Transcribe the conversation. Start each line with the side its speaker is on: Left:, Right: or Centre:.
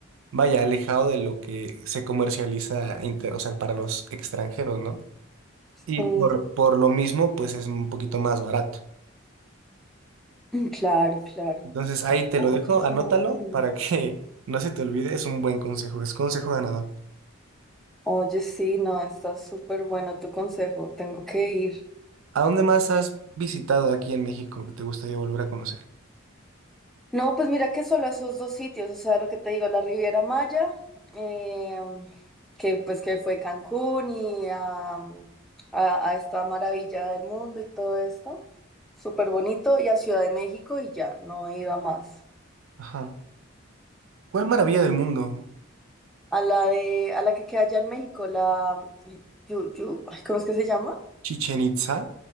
Right: vaya, alejado de lo que se comercializa inter- o sea, para los extranjeros, ¿no? Y
Centre: Sí.
Right: por, por lo mismo, pues es un poquito más barato.
Centre: <laughs> Claro, claro.
Right: Entonces ahí te
Centre: Oye,
Right: lo dejo,
Centre: suena
Right: anótalo
Centre: bien.
Right: para que <laughs> no se te olvide, es un buen consejo, es consejo ganador.
Centre: Oye, sí, no, está súper bueno tu consejo. Tengo que ir.
Right: ¿A dónde más has visitado aquí en México que te gustaría volver a conocer?
Centre: No, pues mira que solo esos dos sitios, o sea, lo que te digo, la Riviera Maya, eh, que pues que fue Cancún y am, a, a esta maravilla del mundo y todo esto. Súper bonito. Y a Ciudad de México y ya, no he ido a más.
Right: Ajá. ¿Cuál maravilla del mundo?
Centre: A la de, a la que queda allá en México, la eh, Yu- Yu- ay, ¿cómo es que se llama?
Right: Chichen Itza.